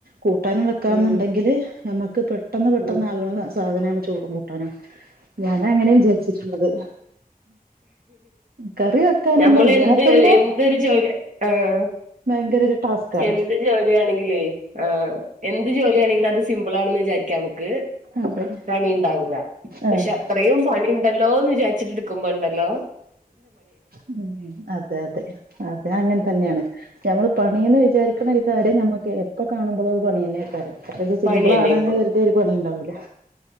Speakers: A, on the right (about 80°); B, on the right (about 55°).
A: കൂട്ടാനും വെക്കാെന്ന്ണ്ടെങ്കില്
B: ഉം
A: നമുക്ക് പെട്ടെന്ന് പെട്ടെന്ന്
B: ഉം
A: ആകണ സാധനാണ് ചോറും കൂട്ടാനും. ഞാനങ്ങനെ വിചാരിച്ചിട്ടുള്ളത്.. കറി വെക്കാനൊന്നും
B: നമ്മള്
A: ഇല്ലാത്തുമ്പോ
B: എന്ത് എന്തൊരു ജോലി ആഹ്..
A: ഭയങ്കര ഒരു ടാസ്കാണ്
B: എന്ത് ജോലിയാണെങ്കിലെ ആഹ് എന്ത് ജോലിയാണെങ്കിലെ അത് സിംബിളാണെന്ന് വിചാരിക്കാവു ക്ക്‌
A: അതെ
B: പണിണ്ടാവുലാ പഷെ
A: ആഹ്
B: അത്രയും പണി ഇണ്ടല്ലോന്ന് വിചാരിച്ചിട്ട് ടുക്കുമ്പോണ്ടല്ലോ
A: ഉം ഉം അതെ അതെ അതെ അങ്ങൻ തന്നെയാണ് ഞമ്മള് പണീന്ന് വിചാരി ക്ണ ഒരു കാര്യം നമക്ക് എപ്പൊ കാണുമ്പോളും അത് പണിന്നെകാരം. അത്
B: പണി
A: സിമ്പിളാണ്ന്ന്
B: തന്നെക്കോ
A: കെർ ഒരു പണിണ്ടാവൂല